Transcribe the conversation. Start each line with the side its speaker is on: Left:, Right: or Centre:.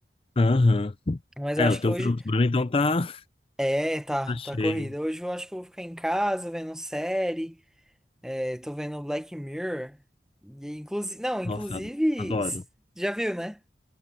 Left: Aham.
Centre: Mas
Left: É,
Centre: eu acho
Left: o teu
Centre: que hoje
Left: final de semana então tá,
Centre: é, tá,
Left: tá cheio.
Centre: tá corrida. Hoje eu acho que eu vou ficar em casa vendo série, é, tô vendo Black Mirror. E inclusive, não, inclusive,
Left: Nossa, adoro.
Centre: s- já viu, né?